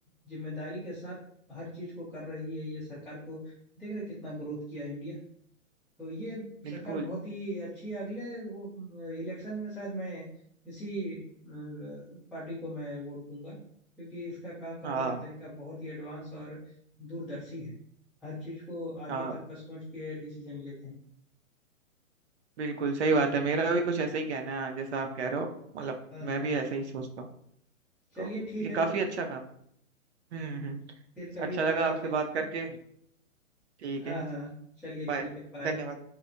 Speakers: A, in the centre; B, on the right.
A: जिम्मेदारी के साथ हर चीज़ को कर रही है ये सरकार तो देख रहे हैं कितना ग्रोथ किया इंडिया तो ये
B: बिल्कुल
A: सरकार बहुत ही अच्छी है अगले वो इलेक्शन में शायद मैं इसी अ, पार्टी को मैं वोट दूंगा क्योंकि इसका काम करने
B: हाँ
A: का तरीका बहुत ही एडवांस और दूरदर्शी है हर चीज को आगे
B: हाँ
A: तक का सोच के डिसीजन लेते हैं
B: बिल्कुल सही बात है मेरा भी कुछ ऐसा ही कहना है जैसा आप कह रहे हो मतलब
A: हाँ हाँ
B: मैं भी ऐसा ही सोचता हूँ
A: चलिए
B: तो
A: ठीक
B: ये
A: है
B: काफी
A: तो
B: अच्छा
A: फिर
B: काम हम्म हम्म
A: फिर कभी
B: अच्छा लगा
A: बात करते
B: आपसे
A: हैं
B: बात
A: इसमें
B: करके ठीक
A: हाँ
B: है
A: हाँ चलिए
B: बाय
A: ठीक है बाय
B: धन्यवाद